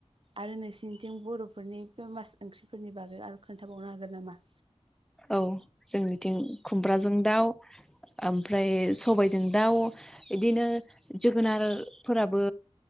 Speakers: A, on the right; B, in the centre.
A: आरो नोंसिोरनिथिं बर'फोरनि फेमास ओंख्रि फोरनि बागै आरो खोन्थाबावनो हागोन नामा?
B: औ जोंनिथिं खुमब्राजों दाउ ओमफ्राय सबायजों दाउ इदिनो जोगोनार फोराबो